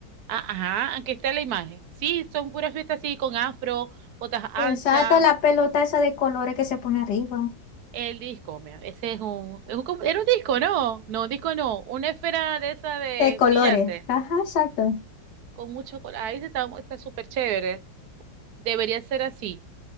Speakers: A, on the right; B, on the left.
A: Ah, ajá, aquí está la imagen. Sí, son puras fiestas así con afro, botas anchas.
B: Exacto, la pelota esa de colores que se pone arriba.
A: El disco, mira, ese es un, es un com- Era un disco, ¿no? No, un disco no. Una esfera de esa de
B: De colores,
A: brillante.
B: ajá, exacto.
A: Con mucho color. Ahí está, está súper chévere. Debería ser así.